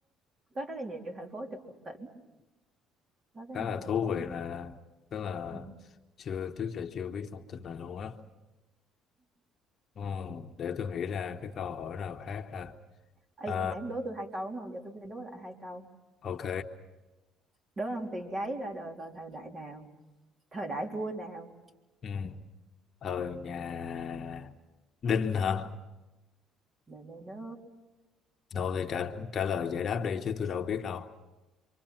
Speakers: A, on the right; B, on the left.
A: có rất là nhiều thành phố trực thuộc tỉnh. Có tới
B: khá
A: năm
B: là
A: thành
B: thú
A: phố
B: vị
A: luôn.
B: là tức là
A: Ừ.
B: chưa trước giờ chưa biết thông tin này luôn á ừ, để tôi nghĩ ra cái câu hỏi nào khác ha
A: Ê,
B: à,
A: nãy em đố tôi hai câu đúng không? Giờ tôi phải đố lại hai câu.
B: ok
A: Đố ông tiền giấy ra đời vào thời đại nào? Thời đại vua nào?
B: ừ. thời nhà Đinh hả
A: Nè nè nè.
B: đâu thì trả trả lời giải đáp đi chứ tôi đâu biết đâu